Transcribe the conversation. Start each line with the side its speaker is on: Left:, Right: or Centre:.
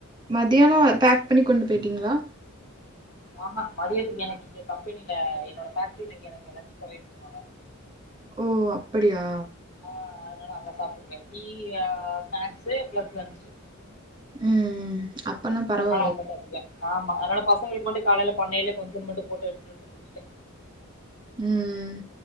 Right: மதியானோ பேக் பண்ணி கொண்டு போய்ட்டீங்ளா
Left: அஹா மதியத்துக்கு எனக்கு இங்க கம்பெனில என்னோட ஃபேக்ட்ரில இங்க எனக்கு லஞ்ச் ப்ரொவைட் பண்ணுவாங்க
Right: ஓ அப்படியா
Left: அ அதுனால அங்க சாப்ட்டுக்குவே டீயி அ ஸ்நாக்ஸு பிளஸ் லன்ச்சு
Right: ம் ம் அப்பன்னா பரவால்லே
Left: அதனால அங்க சாப்ட்டுக்குவே ஆமா அதுனால பசங்களுக்கு மட்டு காலேல பண்ணேல கொஞ்சம் மட்டும் போட்டு எடுத்துட்டுவன்டு முடுஸ்டே
Right: ம்